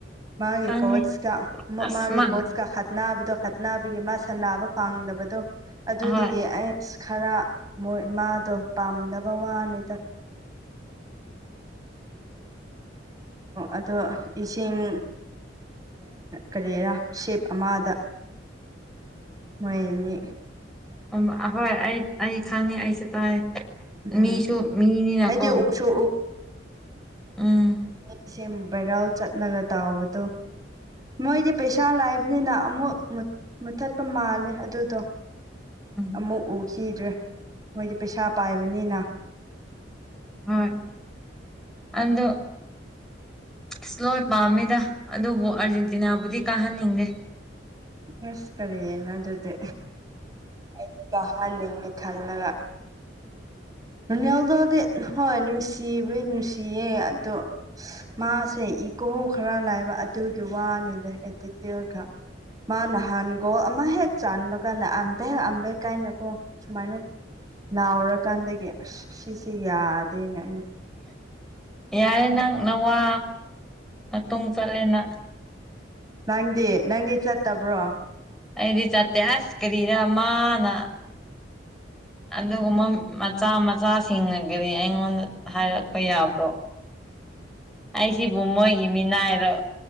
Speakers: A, on the right (about 20°); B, in the centre.
A: ꯃꯥꯒꯤꯦ
B: ꯈꯪꯉꯦ
A: ꯀꯣꯠꯀ
B: ꯑꯁ
A: ꯃꯥꯒꯤ
B: ꯃꯟ
A: ꯀꯣꯆꯀ ꯈꯠꯅꯥ ꯍꯥꯕꯗ ꯈꯠꯅꯕꯒꯤ ꯃꯥ ꯁꯅꯥꯕ ꯐꯪꯗꯕꯗꯣ ꯑꯗꯨꯗꯒꯤ
B: ꯑꯍꯣꯏ
A: ꯑꯩ ꯈꯔ ꯃꯣꯏ ꯃꯥꯗꯣ ꯄꯥꯝꯗꯕ ꯋꯥꯅꯤꯗ ꯑꯗꯣ ꯏꯁꯤꯡ ꯀꯔꯤꯔꯥ ꯁꯦꯞ ꯑꯃꯗ ꯃꯣꯏꯅꯤ
B: ꯎ ꯍꯣꯏ ꯑꯩ ꯑꯩ ꯈꯪꯉꯦ ꯑꯩꯁꯨ ꯇꯥꯏ
A: ꯎꯝ
B: ꯃꯤꯁꯨ ꯃꯤꯅꯤꯅꯀꯣ
A: ꯑꯩꯗꯤ ꯎꯁꯨ
B: ꯎꯝ
A: ꯑꯩ ꯏꯁꯦ ꯕꯩꯔꯥꯥꯎ ꯆꯠꯅꯒ ꯇꯥꯎꯕꯗꯣ ꯃꯣꯏꯗꯤ ꯄꯩꯁꯥ ꯂꯥꯏꯕꯅꯤꯅ ꯑꯃꯨꯛ ꯃꯨꯊꯠꯄ ꯃꯥꯜꯂꯦ ꯑꯗꯨꯗꯣ
B: ꯎꯝ
A: ꯑꯃꯨꯛ ꯎꯈꯤꯗ꯭ꯔꯦ ꯃꯣꯏꯗꯤ ꯄꯩꯁꯥ ꯄꯥꯏꯕꯅꯤꯅ
B: ꯍꯣꯏ ꯑꯗ ꯏꯁ꯭ꯂꯣꯏ ꯄꯥꯝꯃꯤꯗ ꯑꯗꯨꯕꯨ ꯑꯥꯔꯖꯦꯟꯇꯤꯅꯥꯕꯨꯗꯤ ꯀꯥꯍꯟꯅꯤꯡꯗꯦ
A: ꯑꯁ ꯇꯔ ꯌꯦꯅꯖꯗꯤ ꯑꯩꯗꯤ ꯀꯥꯍꯟꯅꯤꯡꯗꯤꯦ ꯈꯜꯂꯒ ꯔꯨꯅꯦꯜꯗꯗꯤ ꯍꯣꯏ ꯅꯨꯡꯁꯤꯕꯩ ꯅꯨꯡꯁꯤꯌꯦ ꯑꯗꯣ ꯃꯥꯁꯦ ꯏꯒꯣ ꯈꯔ ꯂꯥꯏꯕ ꯑꯗꯨꯒꯤ ꯋꯥꯅꯤꯗ ꯑꯦꯇꯤꯇ꯭ꯌꯨꯠꯀ ꯃꯥ ꯅꯍꯥꯟꯒꯣ ꯑꯃ ꯍꯦꯛ ꯆꯥꯟꯕ ꯀꯥꯟꯗ ꯑꯗ ꯍꯦꯛ ꯑꯝꯕꯩ ꯀꯥꯏꯅꯀꯣ ꯁꯨꯃꯥꯏꯅ ꯂꯥꯎꯔꯀꯥꯟꯗꯒꯤ ꯑꯁ ꯁꯤꯁꯦ ꯌꯥꯗꯦꯅꯦ
B: ꯌꯥꯔꯦ ꯅꯪ ꯅꯋꯥ ꯆꯠꯂꯅ
A: ꯅꯪꯗꯤ ꯅꯪꯗꯤ ꯆꯠꯇꯕ꯭ꯔꯣ
B: ꯑꯩꯗꯤ ꯆꯠꯇꯦ ꯑꯁ ꯀꯔꯤꯔ ꯃꯥꯅ ꯑꯗꯨꯒꯨꯝꯕ ꯃꯆꯥ ꯃꯆꯥꯁꯤꯡꯅꯒꯦ ꯑꯩꯉꯣꯟꯗ ꯍꯥꯏꯔꯛꯄ ꯌꯥꯕ꯭ꯔꯣ ꯑꯩꯁꯤꯕꯨ ꯃꯣꯏꯒꯤ ꯃꯤꯅꯥꯏꯔꯣ